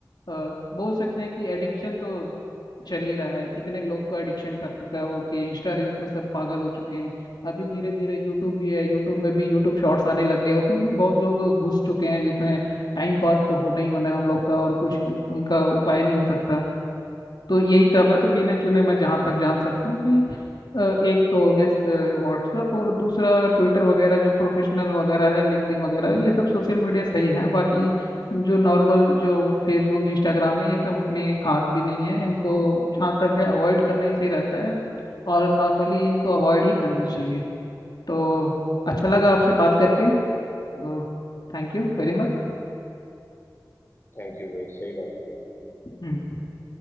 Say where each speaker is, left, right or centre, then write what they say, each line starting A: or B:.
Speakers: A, on the left (about 70°); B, on the left (about 30°).
A: अ, बोल सकते हैं कि एडिक्शन तो चल ही रहा है कितने लोग का एडिक्शन कर चुका है वो कि इंस्टा रील्स में सब पागल हो चुके हैं अभी धीरे धीरे यूट्यूब भी है यूट्यूब में भी यूट्यूब शॉर्ट्स आने लग गए उसमें भी बहुत लोग घुस चुके हैं जिसमें टाइम पास तो होना ही होना है उन लोग का और कुछ उनका उपाय नहीं हो सकता तो यही सब है तो गिने चुने मैं जहाँ तक जान सकता हूँ कि अ, एक तो हो गया व्हाट्सएप और दूसरा ट्विटर वगैरह जो प्रोफेशनल वगैरह है लिंक्डइन वगैरह ये सब सोशल मीडिया सही है बाकी जो नॉर्मल जो फेसबुक इंस्टाग्राम है ये सब उतने खास भी नहीं है इनको जहाँ तक है अवॉइड करना ही सही रहता है और नॉर्मली इनको अवॉइड ही करना चाहिए तो अच्छा लगा आपसे बात करके तो थैंक यू
B: हाँ
A: वेरी
B: थैंक यू भाई सही बात किया आपने
A: मच